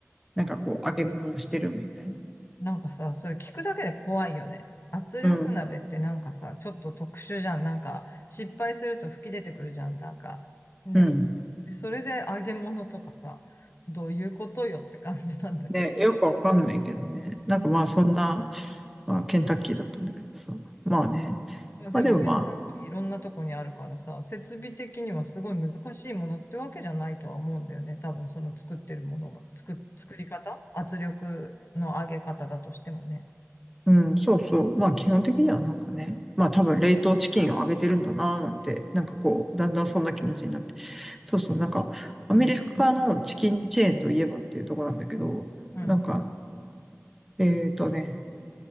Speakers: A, in the centre; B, on the left.
A: なんかこう、揚げ物をしてるみたいな。
B: なんかさ、それ聞くだけで怖いよね。圧力鍋ってなんかさ、
A: うん、
B: ちょっと特殊じゃん。なんか、失敗すると吹き出てくるじゃん。なんか、ね。
A: うん。
B: で、それで揚げ物とかさ、どういうことよって感じなんだけど。
A: ね、よくわかんないけどね。なんかまあ、そんな、まあ、ケンタッキーだったんだけどさ。まあね。
B: いや、でもケンタッキーいろんなとこにあるからさ、
A: まあでもまあ、
B: 設備的にはすごい難しいものってわけじゃないとは思うんだよね。多分その作ってるものが、作、作り方圧力の上げ方だとしてもね。
A: うん、そうそう。まあ基本的にはなんかね、まあ多分冷凍チキンをあげてるんだなーなんて、なんかこう、だんだんそんな気持ちになって。そうそう、なんかアメリカのチキンチェーンといえばっていうところなんだけど、
B: うん、うん、
A: なんか、えっとね、